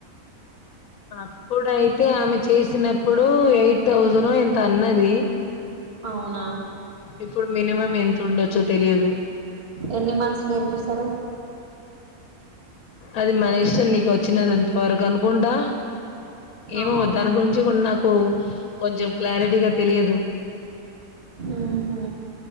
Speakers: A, on the left; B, on the right.
A: అప్పుడైతే ఆమె చేసినప్పుడు ఎయిట్ థౌసంనో ఎంతో అన్నది
B: అవునా
A: ఇప్పుడు మినిమం ఎంత ఉండొచ్చో తెలియదు
B: ఎన్ని మంత్స్ నేర్పిస్తారు
A: అది మ సిస్టం నీకొచ్చినదింతవరకనుకుంటా
B: ఆ
A: ఏమో దాని గురించి కూడా నాకు కొంచం క్లారిటీగా తెలియదు
B: ఊహు